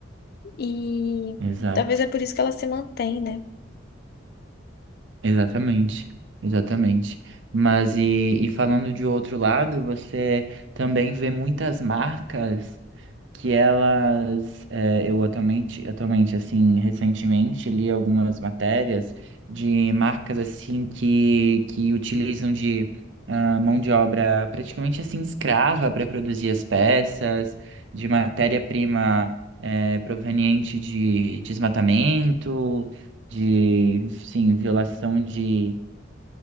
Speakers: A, on the left; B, on the right.
A: E
B: Exato,
A: talvez é por isso que ela se mantém, né?
B: exatamente, exatamente. Mas e, e falando de outro lado, você também vê muitas marcas. que elas, eh, eu atualmente, atualmente, assim, recentemente li algumas matérias de marcas, assim, que, que utilizam de ah, mão de obra praticamente, assim, escrava para produzir as peças, de matéria-prima eh, proveniente de desmatamento, de, sim, violação de...